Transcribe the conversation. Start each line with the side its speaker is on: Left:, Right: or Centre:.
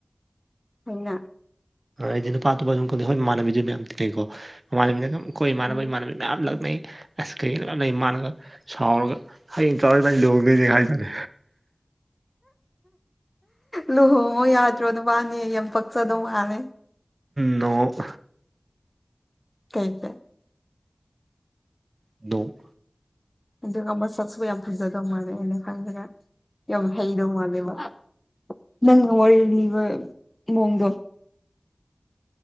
Left: ꯑꯩꯅ
Right: ꯑꯩꯗꯤ ꯅꯨꯄꯥꯇꯣꯄꯥ ꯑꯗꯨꯝ ꯈꯜꯂꯤꯦ ꯍꯣꯏ ꯏꯃꯅꯕꯤꯗꯨ ꯃꯌꯥꯝ ꯇꯤ ꯂꯩꯩꯀꯣꯃꯅꯕꯤꯅꯝ ꯑꯩꯈꯣꯏ ꯏꯃꯥꯟꯅꯕ
Left: ꯎꯝ
Right: ꯏꯃꯥꯟꯅꯕꯤ ꯃꯌꯥꯝ ꯂꯥꯛꯅꯩ ꯑꯁ ꯀꯩꯒꯤꯅꯣ ꯑꯅꯩ ꯏꯃꯥꯟꯅꯒ ꯁꯥꯎꯔꯒ ꯍꯌꯦꯡ ꯆꯥꯎꯔꯏ ꯃꯅꯤ ꯂꯍꯣꯡꯗꯣꯏꯅꯦ ꯍꯥꯏꯇꯥꯔꯦ
Left: ꯂꯨꯍꯣꯡꯉꯣ ꯌꯥꯗ꯭ꯔꯣ ꯅꯨꯄꯥꯅꯦ ꯌꯥꯝ ꯄꯛꯆꯗꯧ ꯃꯥꯜꯂꯦ
Right: ꯅꯣꯡ
Left: ꯀꯩꯁꯦ <unintelligible>
Right: ꯅꯣ
Left: ꯑꯗꯨꯒ ꯃꯁꯛꯁꯨ ꯌꯥꯝ ꯐꯖꯗꯧ ꯃꯥꯜꯂꯦ ꯑꯩꯅ ꯈꯪꯗꯅ ꯌꯥꯝ ꯍꯩꯗꯧ ꯃꯥꯜꯂꯦꯕ ꯅꯪꯅ ꯋꯥꯔꯤ ꯂꯤꯕ ꯃꯑꯣꯡꯗꯣ